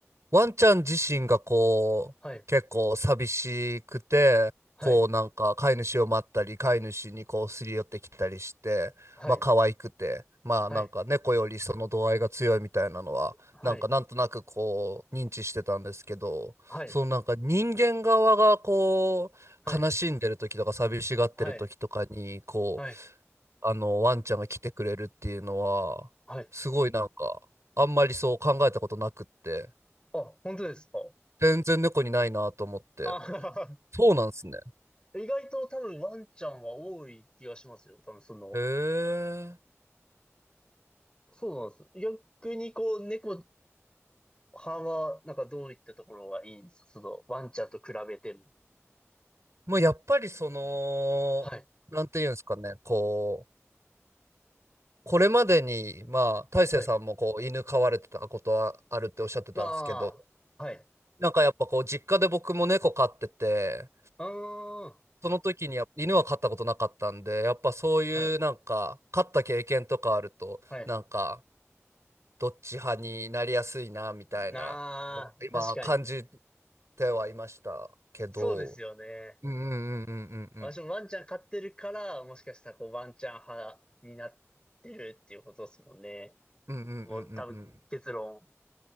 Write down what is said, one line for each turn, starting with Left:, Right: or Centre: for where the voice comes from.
Right: ワンちゃん自身がこう、
Left: はい、
Right: 結構寂しくて、
Left: はい、
Right: こうなんか飼い主を待ったり、飼い主にこうすり寄ってきたりして、
Left: はい、
Right: まあ可愛くて、まあなんか猫よりその度合いが強いみたいなのは、
Left: はい、はい、
Right: なんかなんとなくこう認知してたんですけど、
Left: はい、
Right: そのなんか人間側がこう、
Left: はい、
Right: 悲しんでる時とか寂しがってる時とかに、
Left: はい、
Right: こう、
Left: はい、
Right: あのワンちゃんが来てくれるっていうのは、
Left: はい。
Right: すごいなんか、あんまりそう考えたことなくって。
Left: あ、本当ですか。
Right: 全然猫にないなと思って。
Left: あ
Right: そうなんですね。
Left: <laughs> 意外と多分ワンちゃんは多い気がしますよ。多分その、
Right: へえ。
Left: そうなんです。逆にこう、猫派は、なんかどういったところがいいんですかその、ワンちゃんと比べても。
Right: まあやっぱりその、
Left: はい、
Right: なんていうんですかね、こう、これまでに、まあ、大成さんもこう犬飼われてたことはあるっておっしゃってたんですけど、
Left: はい。まあ、はい。う
Right: なんかやっぱこう、実家で僕も猫飼ってて、
Left: ーん、
Right: その時にやっぱ犬は飼ったことなかったんで、やっぱそういうなんか、
Left: はい、
Right: 飼った経験とかあると、
Left: はい。
Right: なんか、どっち派になりやすいな、みたいな、
Left: なあ、
Right: 今感じ
Left: 確かに。
Right: てはいましたけど、
Left: そうですよね。
Right: うんうんうんうん
Left: 私もワンちゃん飼ってるから、もしかしたらこうワンちゃん派になってるっていうことですもんね。
Right: うんうんうんうんうんうんうん
Left: もう多分結論。